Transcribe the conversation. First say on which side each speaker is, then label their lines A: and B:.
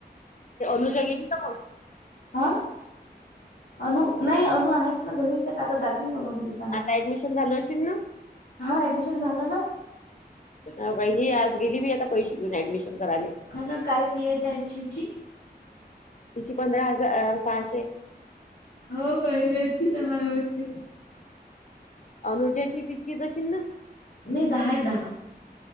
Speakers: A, on the left; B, on the left.
A: नु जागेनी कमव.
B: आं अनु नाही अनु आहेत ना घरीच आहेत आता जातील दोन दिवसाना
A: आता ऍडमिशन झालं असशे ना.
B: हा ऍडमिशन झालं ना.
A: ही आज गेली मी आता पैसे घेऊन ऍडमिशन करायले.
B: ह ना काय फी आहेत ऍडमिशन ची
A: तिची पंधरा हजार सहाशे.
B: हो काय या्यायचीच हायवटते.
A: अनुजाची तितकी तशी ना.
B: नाही दहाय दहा.